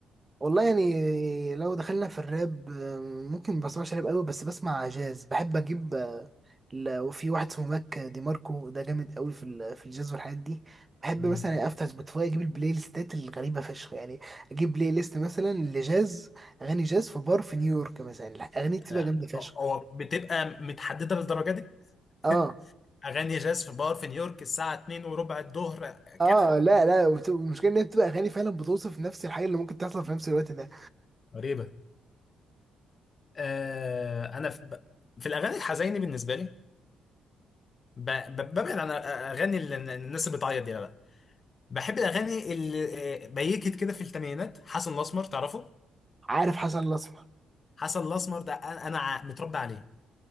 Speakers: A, on the right; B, on the left.
A: والله يعني لو دخلنا في الراب آه، ممكن ما بسمعش راب قوي بس بسمع جاز بحب اجيب آه، ل- وفي واحد اسمه ماك دي ماركو ده جامد قوي في ال- في الجاز والحاجات دي بحب
B: مم.
A: مثلا افتح سبوتيفاي اجيب البلاي ليستات الغريبه فشخ يعني اجيب بلاي ليست مثلا لجاز اغاني جاز في بار في نيويورك مثلا الاغاني بتبقى
B: آه،
A: جامده فشخ
B: هو بتبقى متحدده للدرجه دي؟ <laughs>
A: اه
B: اغاني جاز في بار في نيويورك الساعه 2 وربع الظهر
A: اه
B: كده
A: لا لا وبت- المشكله ان هي بتبقى اغاني فعلا بتوصف نفس الحاجه اللي ممكن تحصل في نفس الوقت ده
B: غريبة آه انا في, ب... في الاغاني الحزينه بالنسبه لي ب... ب... ببعد عن اغاني ال- الناس اللي بتعيط دي لا لا بحب الاغاني اللي آه، بيكت كده في الثمانينات حسن الاسمر تعرفه
A: عارف حسن الاسمر
B: حسن الاسمر ده انا أنا ع- متربى عليه